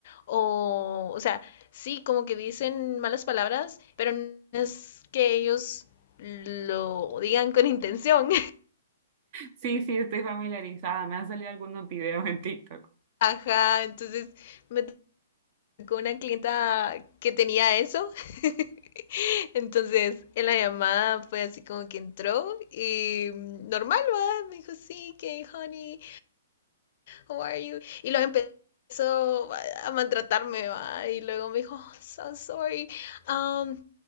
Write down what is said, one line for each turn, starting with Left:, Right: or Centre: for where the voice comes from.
Left: o, o sea, sí, como que dicen malas palabras, pero no es que ellos lo digan con intención. <laughs>
Right: Sí, sí, estoy familiarizada. Me han salido algunos videos en TikTok.
Left: Ajá, entonces me tocó una clienta que tenía eso. <laughs> Entonces, en la llamada fue así como que entró y mm, normal, ¿va? Me dijo, sí, que honey, how are you? Y luego empezó a maltratarme, ¿va? y luego me dijo, oh, so sorry, um,